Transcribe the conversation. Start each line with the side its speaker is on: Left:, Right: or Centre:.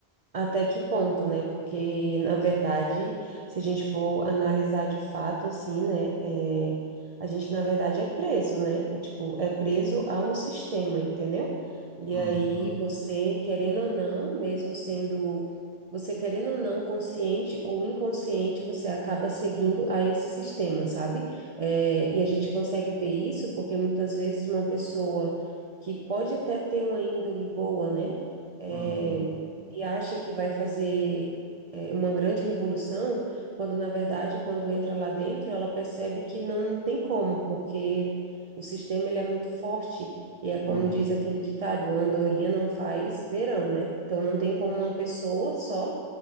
Right: Até que ponto, né? Porque, na verdade, se a gente for analisar de fato, assim, né? é, a gente, na verdade, é preso, né? É tipo, é preso a um sistema, entendeu? E
Centre: Uhum,
Right: aí, você, querendo ou não, mesmo sendo, você querendo ou não, consciente ou inconsciente, você acaba seguindo a esse sistema, sabe? É, e a gente consegue ver isso porque muitas vezes uma pessoa que pode até ter uma índole boa, né? É,
Centre: uhum,
Right: e acha que vai fazer é, uma grande revolução, quando na verdade, quando entra lá dentro, ela percebe que não tem como, porque o sistema ele é muito forte e é como
Centre: uhum,
Right: diz aquele ditado, andorinha não faz verão, né? Então não tem como uma pessoa só